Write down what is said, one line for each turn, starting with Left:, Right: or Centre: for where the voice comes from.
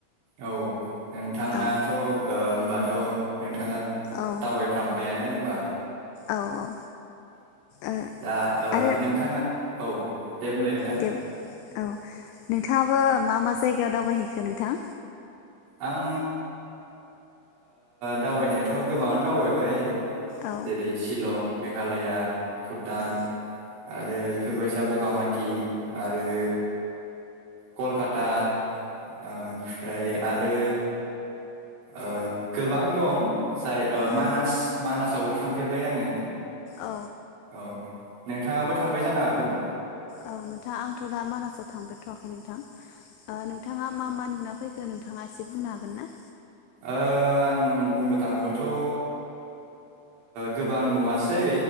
Right: औ नोंथाङाथ'
Left: औ
Right: होमबाथ' नोंथाङा
Left: औ
Right: दावबायफ्रामबयानो होमबा
Left: औ औ ओ
Right: दा
Left: आरो
Right: नोंथाङा औ दे बुंलाय नोंथां
Left: दे औ नोंथाङाबो मा मा जायगायाव दावबायहैखो नोंथां
Right: आं दावबायनायाथ' गोबाङानो दावबायबाय
Left: औ
Right: जेरै शिलं मेघालया भुटान
Left: औ
Right: आरो इफोरबायसा बगामाथि आरो कलकाता ओमफ्राय आरो ओ गोबां दं जाय ओ
Left: औ
Right: मानास मानासआवबो थांफेरबाय आंङो
Left: औ।
Right: औ नोंथाङाबो थांबाय जानो हागौ
Left: औ नोंथा आंथ' दा मानासाव थांफेरथ'वाखै नोंथां ओ नोंथाङा मा मा नुना फैखो नोंथाङा एसे बुंनो हागोन ना
Right: ओ आं बुंनो थाङोबाथ' ओ गोबां नुवासै